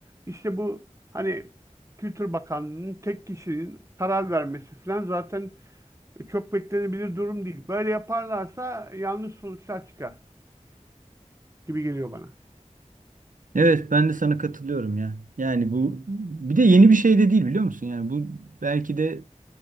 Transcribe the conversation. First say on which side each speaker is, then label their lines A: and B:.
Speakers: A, on the right; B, on the right.
A: işte bu hani Kültür Bakanlığı'nın tek kişinin karar vermesi falan zaten çok beklenebilir durum değil. Böyle yaparlarsa yanlış sonuçlar çıkar gibi geliyor bana.
B: Evet, ben de sana katılıyorum ya. Yani bu bir de yeni bir şey de değil biliyor musun? Yani bu belki de